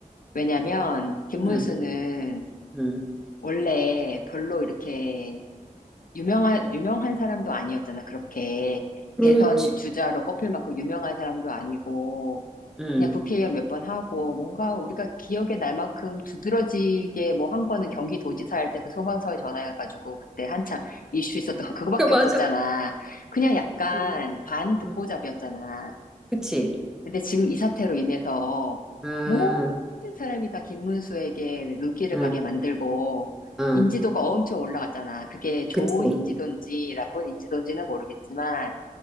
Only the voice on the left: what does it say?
왜냐면 김문수는
원래 별로 이렇게 유명한 유명한 사람도 아니었잖아. 그렇게
대선 주자로 꼽힐 만큼 유명한 사람도 아니고
그냥 국회의원 몇 번 하고 뭔가 우리가 기억에 날 만큼 두드러지게 뭐 한 거는 경기도지사 할 때 그 소방서에 전화해가지고 그때 한참 이슈 있었던 <laughs> 그거밖에
없었잖아. 그냥 약간
반듣보잡이었잖아.
근데 지금 이 사태로 인해서
모든 사람이 다 김문수에게 눈길을
가게 만들고
인지도가 엄청 올라갔잖아. 그게 좋은
인지도인지 나쁜 인지도인지는 모르겠지만